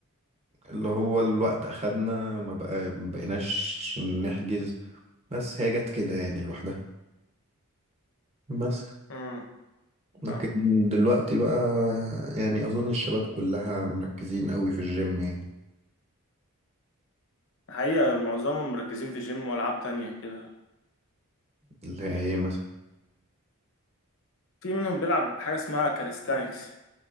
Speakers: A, on the right; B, on the left.
A: اللي هو الوقت أخدنا ما بقى بقيناش نحجز بس هي جت كده يعني لوحدها بس
B: أمم،
A: لكن
B: فاهم
A: دلوقتي بقى يعني أظن الشباب كلها مركزين قوي في الجيم يعني
B: الحقيقة معظمهم مركزين في جيم وألعاب تانية كده
A: اللي هي إيه مثلا
B: في منهم بيلعب بحاجة اسمها كاليستانكس